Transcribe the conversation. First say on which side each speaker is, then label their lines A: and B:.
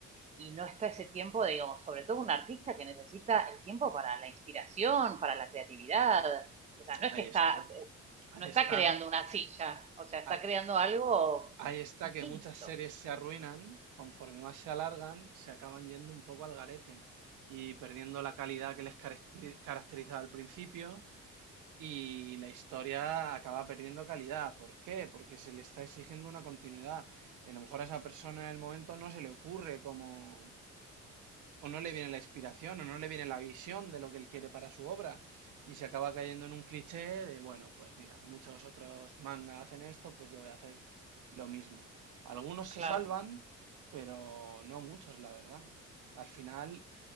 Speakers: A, on the right (about 25°); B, on the right (about 80°).
A: y no está ese tiempo, de, digamos, sobre todo un artista que necesita el tiempo para la inspiración, para la creatividad. O sea, no es
B: Ahí
A: que está,
B: está, ahí
A: no está
B: está.
A: creando una silla, o sea, está
B: a-
A: creando algo
B: Ahí está
A: distinto.
B: que muchas series se arruinan, conforme más se alargan, se acaban yendo un poco al garete y perdiendo la calidad que les caracteri- caracterizaba al principio y la historia acaba perdiendo calidad. ¿Por qué? Porque se le está exigiendo una continuidad y a lo mejor a esa persona en el momento no se le ocurre cómo, o no le viene la inspiración o no le viene la visión de lo que él quiere para su obra y se acaba cayendo en un cliché de, bueno, pues mira, muchos otros manga hacen esto, pues yo voy a hacer lo mismo. Algunos se
A: Claro.
B: salvan, pero no muchos, la verdad. Al final